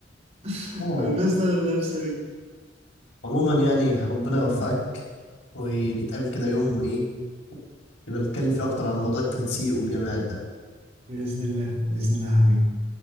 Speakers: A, on the right; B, on the left.
A: <laughs>
B: آه.
A: فلبست انا اللبسه دي
B: عموما يعني ربنا يوفقك ونتقابل كده يوم ايه يبقى نتكلم فيه اكتر عن موضوع التنسيق والجامعات ده
A: باذن الله باذن الله يا حبيبي